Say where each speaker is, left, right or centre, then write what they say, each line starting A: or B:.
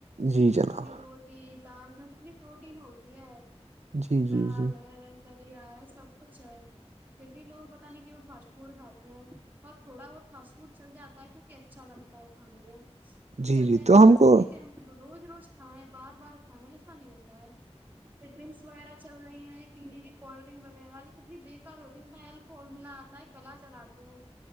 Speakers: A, on the right; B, on the right.
A: جی جناب
B: چی کی ہوتی دالتنی پروٹین ہوتی ہے
A: جی
B: دال
A: جی جی
B: گلیا ہے سب کچھ ہے پھر بھی لوگ پتاہ نہیں کہ وہ فاسٹ فوڈ کھاتے ہیں اور تھوڑا بہت فاسٹ فوڈ چل جاتا ہے کیونکہ اچھا لگتا ہے کھے میں
A: جی
B: چل
A: جی
B: گیا ہے تو یہ
A: ہم
B: تھوڑی
A: کو
B: ہے کہ ہم روز روز کھائیں بار بار کھائیں ایسا نہیں ہوتا ہے پ ڈرنکس وغیرہ چل رہی ہیں یہ پینے کی کولڈ ڈرنک وغیرہ یہ کتنی بےیکار ہوتی ہے اتنا ہی کول ملا آا ہے گلا چلاتے ہیں